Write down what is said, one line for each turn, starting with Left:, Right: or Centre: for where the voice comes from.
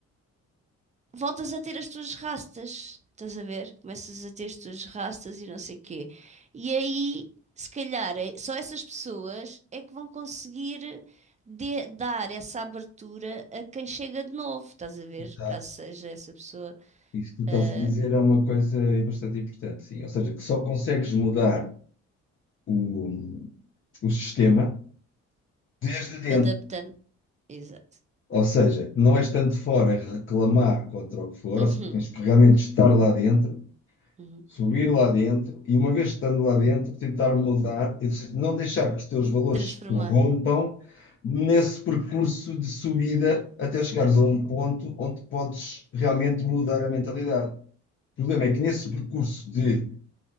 Right: voltas a ter as tuas rastas, estás a ver? Começas a ter as tuas rastas e não sei quê. E aí, se calhar, é- só essas pessoas é que vão conseguir de- dar essa abertura a quem chega de novo, estás a ver?
Left: Exato.
Right: Caso seja essa pessoa
Left: Isso que tu estás
Right: ah,
Left: a dizer é uma coisa bastante importante, sim. Ou seja, que só consegues mudar o, o sistema desde dentro.
Right: adaptando. Exato.
Left: Ou seja, não é estando fora a reclamar contra o que for,
Right: Uhum,
Left: ou seja, tens que realmente estar lá dentro,
Right: uhum.
Left: subir lá dentro e, uma vez estando lá dentro, tentar mudar e se- não deixar que os teus valores
Right: Transformar.
Left: se corrompam nesse percurso de subida até chegares a um ponto onde podes realmente mudar a mentalidade. O problema é que nesse percurso de